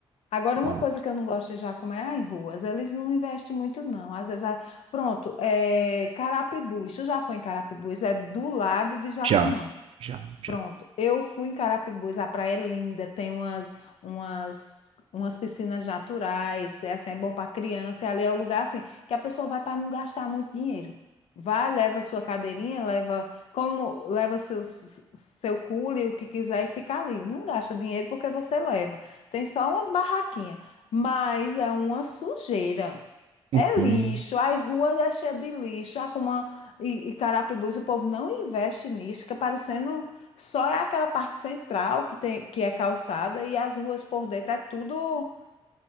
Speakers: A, on the left; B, on the right.
A: Agora, uma
B: Pronto.
A: coisa que eu não gosto de Jacumã é as ruas. Eles não investem muito, não. Às vezes, a- pronto, é Carapibus. Tu já foi em Carapibus? É do lado de Jacumã.
B: Já, já,
A: Pronto,
B: já.
A: eu fui em Carapibus, a praia é linda, tem umas, umas, umas piscinas naturais, é assim, é bom para criança, e ali é o lugar assim que a pessoa vai para não gastar muito dinheiro. Vai, leva sua cadeirinha, leva como leva seu, seu cule, o que quiser e fica ali. Não gasta dinheiro porque você leva. Tem só umas barraquinhas, mas é uma sujeira.
B: Uhum.
A: É lixo, as ruas é cheia de lixo, a Cuma e, e Carapibus, o povo não investe nisso, fica parecendo só é aquela parte central que tem, que é calçada e as ruas por dentro é tudo